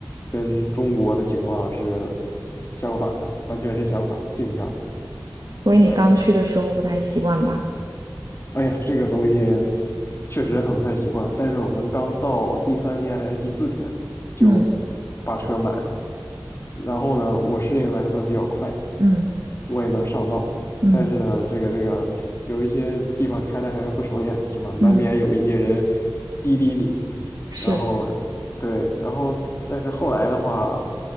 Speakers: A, on the left; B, on the right.
A: 跟中国的情况是相反的，完全是相反的镜像的
B: 所以你刚去的时候不太习惯吧？
A: 对，哎呀，这个东西确实很不太习惯，但是我们刚到第三天还是第四天就
B: 嗯
A: 把车买了，然后呢，我适应的还算比较快，
B: 嗯
A: 我也能上道，
B: 嗯
A: 但是呢，这个这个有一些地方开的还是不熟练，是吧？难免有一些人
B: 嗯，
A: 滴滴你，
B: 是，
A: 然后对，然后但是后来的话，